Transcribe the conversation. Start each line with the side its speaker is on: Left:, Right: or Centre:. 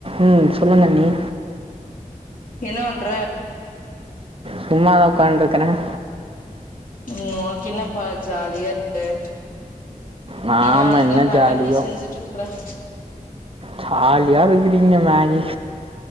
Right: உஹம் சொல்லுங்க அண்ணி
Left: என்ன பண்ற
Right: சும்மா தான் உட்காந்து இருக்கிறேன்
Left: உம் உனக்கு என்னப்பா ஜாலி செரி
Right: நாம
Left: நான் இததான்
Right: என்ன
Left: மேகி
Right: ஜாலியோ
Left: செஞ்சுட்டு இருக்கறேன்
Right: ஜாலியா இருக்கிறீங்க மேகி